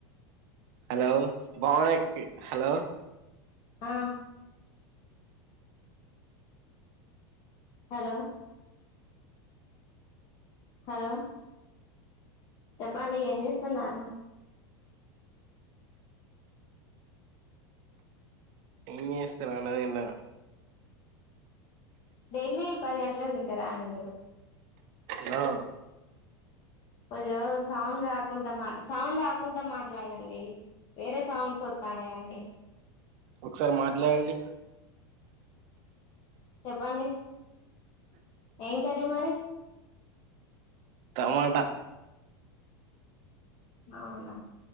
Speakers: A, on the right; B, on the left.
A: హలో బావనక్కె హలో
B: ఆ హలో హలో చెప్పాండి ఏం చేస్తున్నారు
A: ఏం చేస్తన అన్నదిఇన్నాను
B: డైలీ పది గంటలకు తింటారా అండి మీరు
A: హలో
B: కొంచెం సౌండ్ రాకుండా మా సౌండ్ రాకుంట మాట్లాడండి వేరే సౌండ్స్ వత్తానియండి
A: ఒకసారి మాట్లాడండి
B: చెప్పండి ఏం కర్రీ మరి
A: టమాట
B: అవునా